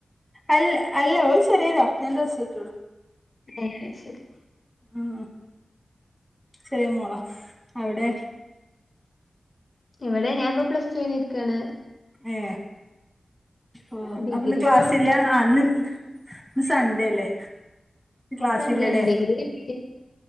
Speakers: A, in the centre; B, on the left.
A: അല്ല അല്ല ഓള് ചറിയതാ രണ്ട് സയിട്ടുള്ളൂ
B: ഒക്കെ ശരി
A: ഉ ചെറിയേ മോളോ അവിടെ
B: ഇവിടെ ഞാൻ ഇപ്പൊ പ്ലസ് ടു കൈഞ്ഞിരിക്കയാണ്
A: ഏ ഓ
B: ഡിഗ്രിക്ക്
A: അപ്പൊന്ന് ക്ലാസ്ല്ല്ല
B: കൊടുത്തായിരുന്നു
A: ഇന്ന് ഇന്ന് സൺഡേല്ലേ ക്ലാസ്ല്ലല്ലേ
B: സൺഡേണ് ഡിഗ്രി കിട്ടി